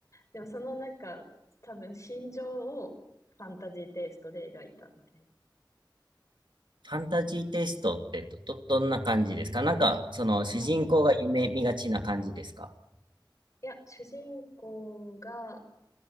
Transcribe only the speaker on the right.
ファンタジーテイストってど、ど、どんな感じですかなんか、その主人公が夢見がちな感じですか